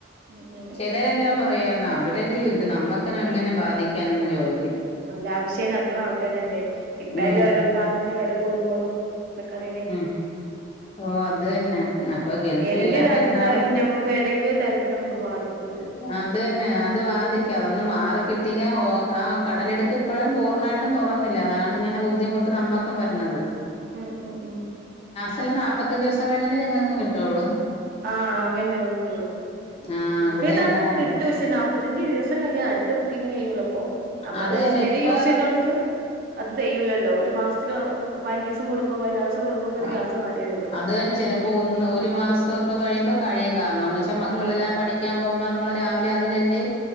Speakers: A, on the right; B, on the left.
A: ഉം ഉം
B: ചെലരെല്ലാം പർ കയ്യൊന്നാ അവിടെ ല്ലേ ഈ യുദ്ധ് ദ്ധം നമ്മുക്ക്നെ അങ്ങനെ ബാധിക്കാനൊന്ന് യോഗ
A: അനാവശ്യായി നടക്ക്ണ ആൾക്കാര്ണ്ട് ഇപ്പഴല്ലേ
B: ഉം
A: ഓരോ സാധനത്തിനും വെല കൂടുമ്പളും ഇതൊക്കെ അറിയ്ണേ
B: ഉം ഓഹ് അത് തന്നെ അപ്പൊ ഗൾഫിലെല്ലാം
A: <inaudible> ഏതൊങ്കിലും രാജ്യത്തായാലും
B: പെരുന്നാള്
A: ഞമ്മക്ക് ഏതെങ്കിലും തരത്തില് നമ്മക്ക് ബാധിക്കും അത്
B: അതെന്നെ അത് ബാധിക്കും
A: ഉം ഉം
B: അതൊന്ന് മാറിക്കിട്ട്യാ ഒ ആ കടലെടുപ്പ് ഇപ്പോഴും പൂർണ്ണായിട്ടും തുറന്നില്ല അതാണ് ഇങ്ങനെ ബുദ്ധിമുട്ട് നമ്മുക്കും വരുന്നത്
A: ഉം ഉം ഉം
B: പ്പല്ലാ നാല്പ്പത്തഞ്ച്ദൂസം കഴിഞ്ഞല്ലെ ഞങ്ങക്കും കിട്ടൊള്
A: ആ അങ്ങന്നേ കിട്ടുള്ളു
B: ആഹ്
A: ബുക്ക്
B: ഇവിടെ
A: ചെയ്ത
B: അങ്ങനെ
A: <unintelligible> കിട്ടുംക്ഷേ നാപ്പത്തഞ്ച് ദിവസം കഴിഞ്ഞ അടുത്ത ബുക്കിംഗ് ചെയ്യുള്ളൂ അപ്പോം നമ്മള്
B: അത് തന്നെ
A: സ്ഥിരയൂസ്
B: ഇപ്പ
A: ചെയ്യുന്നോല്ക്ക് അത് തെയ്യൂലല്ലോ ഒരു മാസത്തില് പൈഞ്ചിസം കൂടുമ്പോ <unintelligible> ഒരു
B: ആ
A: ഗ്യാസ് വേണ്ടി വരുല്ലോ
B: അത് തന്നെ ചിലപ്പോൾ ഒന്ന് ഒരു മാസോ അത് കഴിയുമ്പോ കഴിയും കാരണോന്ന് വെച്ചാ മക്കളെല്ലാം
A: ഉം
B: പഠിക്കാ പോകുമ്പ നമ്മള് രാവിലെ അതിലല്ലേ